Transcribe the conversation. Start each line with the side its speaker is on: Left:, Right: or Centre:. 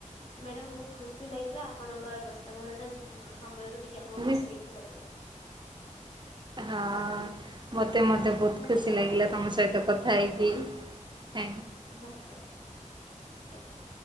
Left: ମ୍ୟାଡାମ ବହୁତ ଖୁସି ଲାଗିଲା ଆପଣଙ୍କର ବ୍ୟସ୍ତବହୁଳତା ଯିବ ସମୟରୁ ଟିକେ ଆମକୁ
Right: ମୁଁ
Left: କିଛି ଦେଇଥିବାରୁ।
Right: ହଁ ମତେ ମତେ ବହୁତ
Left: ଧନ୍ୟବାଦ
Right: ଖୁସି ଲାଗିଲା
Left: ମ୍ୟାଡ଼ାମ
Right: ତମ ସହିତ କଥା ହେଇକି ଥା
Left: ଧନ୍ୟବାଦ ଆଜ୍ଞା।